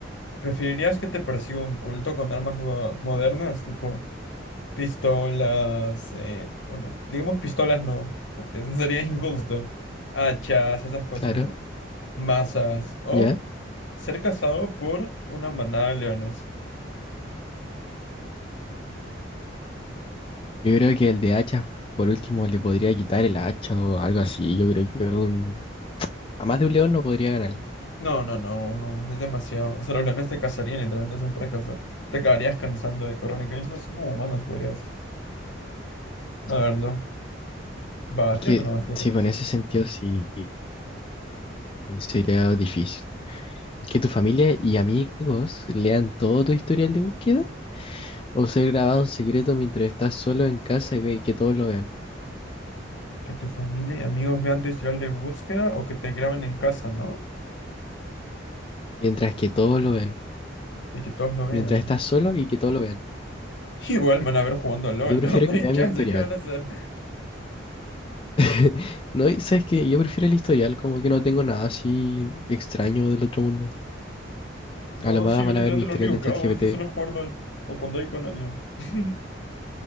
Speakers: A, on the left; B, on the left.
A: ¿Preferirías que te persiga un culto con armas mo- modernas, tipo pistolas? Eh, bueno, digamos pistolas no, porque eso sería <laughs> injusto. Hachas, esas cosas,
B: claro,
A: ¿no? Masas. O
B: ya.
A: ser cazado por una manada de leones.
B: Yo creo que el de hacha, por último, le podría quitar el hacha o algo así. Yo creo que un, a más de un león no podría ganarle.
A: No, no, no, no, es demasiado. O sea, los leones te cazarían, literalmente son para cazar. Te acabarías cansando de correr en camisas, son como humanos, podrías. A verlo. Va,
B: Es
A: tírate
B: que,
A: nomás, tírate
B: sí,
A: nomás.
B: pues en ese sentido sí sería difícil. Que tu familia y amigos lean todo tu historial de búsqueda. O ser grabado en secreto mientras estás solo en casa y ve que todos lo vean.
A: Que tu familia y amigos vean tu historial de búsqueda o que te graben en casa, ¿no?
B: Mientras que todos lo ven.
A: Y que todos lo vean.
B: Mientras estás solo y que todos lo vean.
A: <laughs> Igual me van a ver jugando a LOL,
B: Yo prefiero
A: ¿no? <laughs> No
B: que
A: hay
B: vean
A: chance,
B: mi historial.
A: ¿qué van a hacer?
B: <laughs> No, y sabes que yo prefiero el historial, como que no tengo nada así extraño del otro mundo.
A: No,
B: A lo más
A: si yo
B: van
A: literalmente
B: a ver mi historial
A: lo único
B: de
A: que
B: ChatGPT.
A: hago, si solo es jugar LOL. O cuando hay con alguien. <laughs>